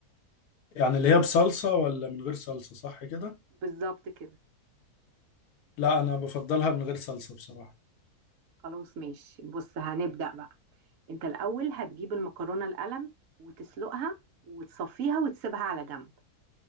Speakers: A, on the left (about 75°); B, on the right (about 65°).
A: يعني اللي هي بصلصة ولا من غير صلصة صح كده؟
B: بالظبط كده
A: لا أنا بفضلها من غير صلصة بصراحة
B: خلاص ماشي بص هنبدأ بقى انت الاول هتجيب المكرونة القلم وتسلقها وتصفيها وتسيبها على جنب